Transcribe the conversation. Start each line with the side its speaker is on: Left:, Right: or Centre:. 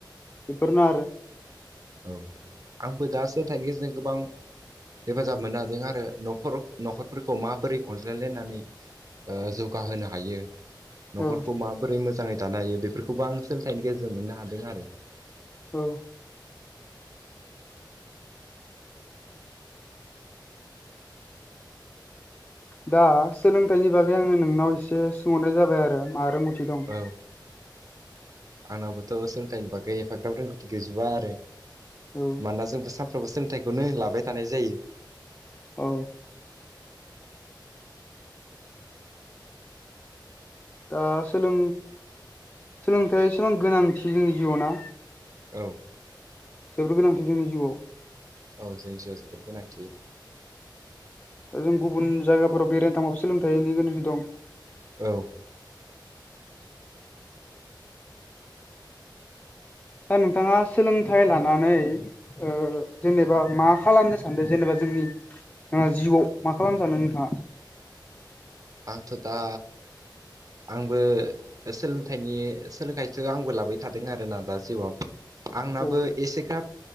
Left: बिफोर नो आरो
Right: औ आंबो दासो सोंथाइनि गेजेरजों गोबां हेफाजाब मोनो हादों आरो न'खर न'खरफोरखौ माबोरै अनज्लायलायनानै ओ जौगाहोनो हायो न'खरखौ
Left: औ
Right: माबोरै मोजाङै दानो हायो बेफोरखौबो आं सोलोंथाइनि गेजेरजों मोननो हादों आरो
Left: औ दा सोलोंथाइनि बागै आङो नोंनाव एसे सोंहरनाय जाबाय आरो मा रोंगौथि दं
Right: औ आंनावबोथ' सोलोंथाइ बागै एफाग्राब रोंगौथि गैजोबा आरो
Left: औ
Right: मानोना जोंबो सानफ्रोमबो सोलोंथाइखौनो लाबाय थानाय जायो।
Left: औ दा सोलों सोलोंथाइया एसेबां गोनांथि जोंनि जिउआवना
Right: औ
Left: जोबोर गोनांथि जोंनि जिउआव
Right: औ जोंनि जिउआव जोबोर गोनांथि
Left: जों गुबुन जायगाफोराव बेरायनो थांबाबो सोलोंथाइनि गोनांथि दं
Right: औ
Left: दा नोंथाङा सोलोंथाइ लानानै ओ जेनेबा मा खालामनो सानदों जेनेबा जोंनि नोंहा जिउआव मा खालाम सानो नोंथाङा?
Right: आंथ' दा आंबो सोलोंथाइनि सोलोंथाइसो आंबो लाबो थादों आरोना दा जिउआव आंनाबो
Left: औ
Right: एसेग्राब